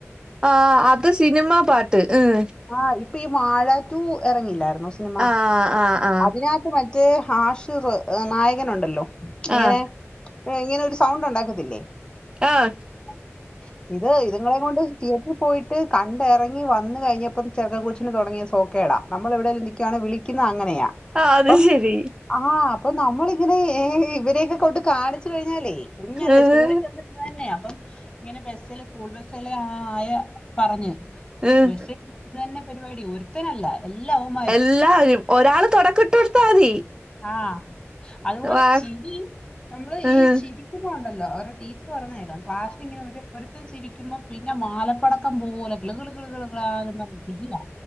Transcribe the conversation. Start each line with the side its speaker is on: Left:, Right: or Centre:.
Right: ആഹ് അത് സിനിമാ പാട്ട് ഉം
Left: ആഹ് ഇപ്പൊ ഈ വാഴാറ്റു ഇറങ്ങില്ലായിരുന്നോ സിനിമ
Right: ആഹ് ആഹ് ആഹ്
Left: അതിനകത്ത് മ റ്റേ ഹാഷിറ് നായകനുണ്ടല്ലോ ഇങ്ങനെ
Right: ആഹ്
Left: ഇങ്ങനെ ഒരു സൗണ്ട് ഉണ്ടാക്കത്തില്ലേ
Right: ആഹ്
Left: <inaudible> ഇത് ഇതുങ്ങളെ കൊണ്ട് തിയേറ്ററിൽ പോയിട്ട് കണ്ടിറങ്ങി വന്ന കഴിഞ്ഞപ്പം ചെറുക്കൻ കൊച്ചിന് തുടങ്ങിയ സോക്കേടാ നമ്മള് എവിടേലും നിക്കുവാണെ വിളിക്കുന്ന അങ്ങനെയാ
Right: ആ
Left: അപ്പം
Right: അത് ശരി
Left: ആഹ് അപ്പൊ നമ്മളിങ്ങനെ ഇവരൊക്കെ കൊണ്ട് കാണിച്ചു കഴിഞ്ഞാലേ കുഞ്ഞല്ലേ
Right: ഏഹ്
Left: സ്കൂളിൽ ചെന്ന് ഇത് തന്നെ അപ്പം ഇങ്ങനെ ബസ്സില് സ്കൂൾ ബസ്സിലെ ആയ പറഞ്ഞഞ്
Right: ഏഹ്
Left: ബസ്സ് ഇത് തന്നെ പരിപാടി ഒരുത്തനല്ല എല്ലാവൻ
Right: എല്ലാവരും ഒരാള് തുടക്കം ഇട്ട് കൊടുത്താൽ മതി
Left: ആഹ് അതുപോലെ
Right: വാ
Left: ചിരി നമ്മള്
Right: ഏഹ്
Left: ഈ ചിരി ഉണ്ടല്ലോ ഒരു ടീച്ചർ പറഞ്ഞേല്ലാം ക്ലാസ്സിൽ ഇങ്ങനെ ഒരു ഒരുത്തൻ ചിരിക്കുമ്പോ പിന്നെ മാലപ്പടക്കം പോലൊ ഗളുകള് <unintelligible> പറഞാ ചിരിയാ